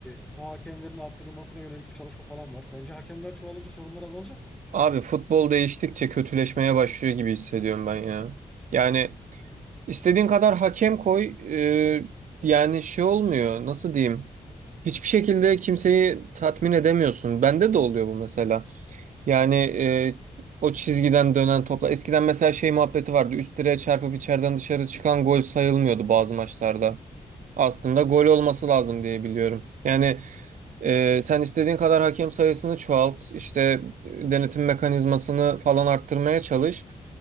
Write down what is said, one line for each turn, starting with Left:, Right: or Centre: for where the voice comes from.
Centre: e, saha hakemlerin arttırılmasına yönelik bir çalışma falan var. Sence hakemler çoğalınca sorunlar azalacak mı?
Right: Abi futbol değiştikçe kötüleşmeye başlıyor gibi hissediyorum ben ya. Yani istediğin kadar hakem koy, e, yani şey olmuyor. Nasıl diyeyim? Hiçbir şekilde kimseyi tatmin edemiyorsun. Bende de oluyor bu mesela. Yani e, o çizgiden dönen topla. Eskiden mesela şey muhabbeti vardı. Üst direğe çarpıp içeriden dışarı çıkan gol sayılmıyordu bazı maçlarda. Aslında gol olması lazım diye biliyorum. Yani e, sen istediğin kadar hakem sayısını çoğalt, işte e, denetim mekanizmasını falan arttırmaya çalış.